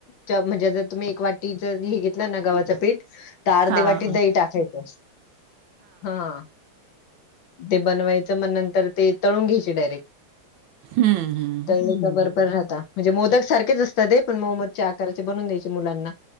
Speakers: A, on the left (about 70°); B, on the right (about 75°).
A: च म्हणजे जर तुम्ही एक वाट जर हे घेतला ना गवाचं पीठ तर अर्धी
B: हा
A: वाटी
B: हा
A: दही टाकायचं. हा, ते बनवायचं मग नंतर ते तळून घ्यायचे डायरेक्ट.
B: हम्म हम्म
A: तळली का बरं राहता. म्हणजे मोदक सारखेच असतात हे पण मोनोच्या आकारचे बनवून द्यायचे मुलांना.